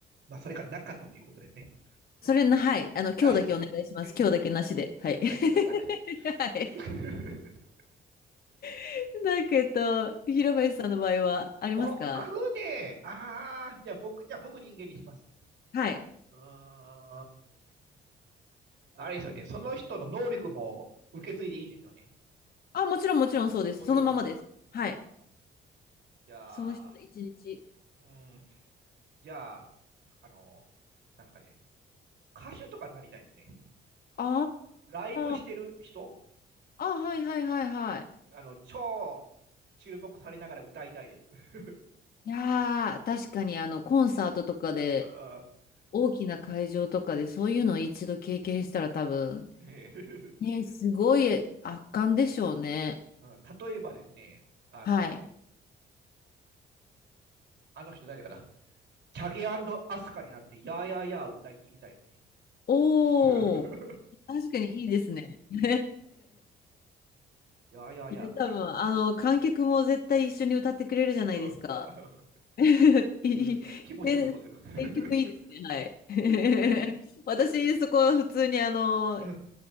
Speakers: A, on the right (about 65°); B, on the left (about 50°).
A: まあ、それがなかったということですね。よかっ
B: それな、はい。あの、今日だけお願いします。
A: た。あしゆ
B: 今日だけなしで。はい。
A: はい、了解です。
B: <laughs> はい。
A: <laughs>
B: <laughs> なんか、えっと、平林さんの場合はありますか
A: 僕ね、ああ、じゃあ僕、じゃあ僕人間にします。
B: はい。
A: うーん。あれですよね、その人の能力も受け継いでいいんですよね。
B: あ、もちろん、もちろんそうです。
A: もちろん。
B: そのままです。はい。
A: あーじゃあ、
B: その人の一日。
A: うん、じゃあ、あの、なんすかね、歌手とかになりたいですね。
B: あ
A: ライブしてる人、
B: ーあ、はいはいはいはい。
A: あの、超注目されながら歌いたいです。<laughs>
B: いやー、確かにあの、コンサートとかで、
A: うー
B: 大きな会場とかで、そういうのを一度経験したら多分、
A: ねえ
B: ね、
A: <laughs>
B: すごい圧巻でしょうね。
A: うん例えばですね、あの、
B: はい。
A: あの人誰かな、チャゲアスカになって、やーやーやーを歌い切りたいですね。
B: おー、
A: <laughs>
B: 確かにいいですね。<laughs> い
A: やーやーやー歌いたい。
B: や、多分、あの、観客も絶対一緒に歌ってくれるじゃないですか。
A: うん <laughs>
B: <laughs>
A: すげえ気持ちよさそうです。
B: いい、ね選曲いいですね。
A: <laughs>
B: はい。<laughs> 私、そこは普通にあの、
A: うん